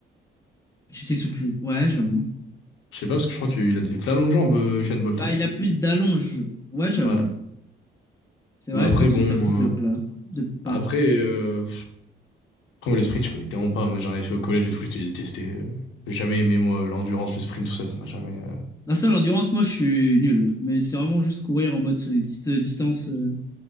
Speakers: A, on the left; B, on the left.
A: Tu t'essouffles. Ouais, j'avoue.
B: Je sais pas, parce que je crois qu'il a des v'là longues jambes, euh, Usain Bolt.
A: Bah,
B: hein.
A: il a plus d'allonge. Ouais, j'avoue.
B: Ouais.
A: C'est vrai
B: Mais après,
A: qu'en fait, tu
B: bon.
A: dois faire plus de
B: euh,
A: plats, de pas.
B: Après, euh, après, moi, les sprints, je connais tellement pas. Moi, j'en ai fait au collège et tout, j'ai détesté. euh, J'ai jamais aimé, moi, l'endurance, le sprint, tout ça, ça m'a jamais. euh.
A: Ah ça, l'endurance, moi, je suis nul. Mais c'est vraiment juste courir en mode sur des petites euh, distances. euh,